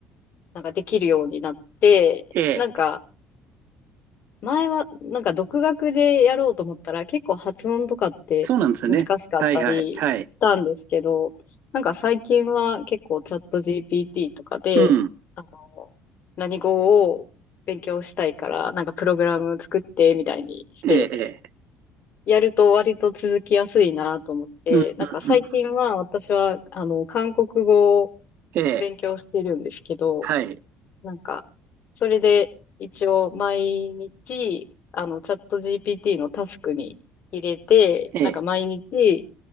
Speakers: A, on the left; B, on the right.
A: なんかできるようになって、
B: ええ。
A: なんか前は、なんか独学でやろうと思ったら、結構発音とかって難しかったりしたんですけど、
B: そうなんですよね。はいはい。はい。
A: なんか最近は結構チャット GPT とかで、
B: うん。
A: あの、何語を勉強したいから、なんかプログラム作ってみたいにして、
B: ええ、ええ。
A: やると割と続きやすいなと思って、
B: うん、うん、
A: なんか最近は私は、
B: うん。
A: あの、韓国語を
B: ええ。
A: 勉強してるんですけど、
B: はい。
A: なんか、それで一応毎日、あの、チャット GPT のタスクに入れて、
B: ええ。
A: なんか毎日、